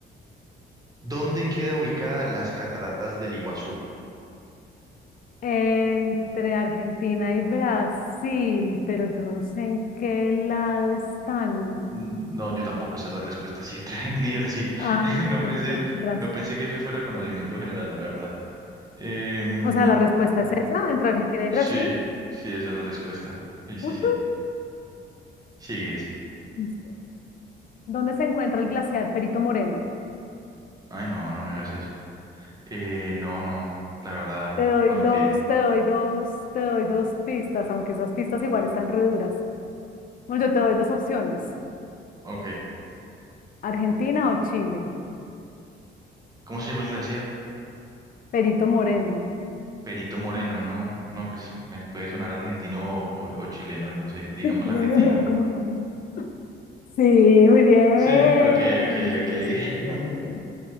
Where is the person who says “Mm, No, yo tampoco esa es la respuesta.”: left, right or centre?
Right